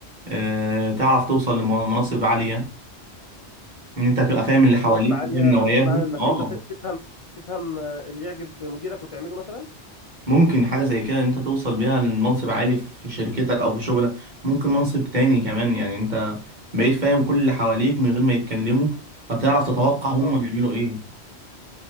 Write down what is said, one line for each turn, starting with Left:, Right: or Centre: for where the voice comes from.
Right: أه تعرف توصل لمناصب عاليه ان انت تبقى فاهم اللي حواليك
Left: مناصب عالية
Right: وفاهم نواياهم
Left: بمعنى إنك
Right: اه
Left: أنت ت- تفهم تفهم آه، اللي يعجب مديرك وتعمله مثلا؟
Right: ممكن حاجة زي كده إن أنت توصل بيها لمنصب عالي في شركتك أو في شغلك ممكن منصب تاني كمان يعني أنت بقيت فاهم كل اللي حواليك من غير ما يتكلموا فتعرف تتوقع هم
Left: اه
Right: هيعملوا إيه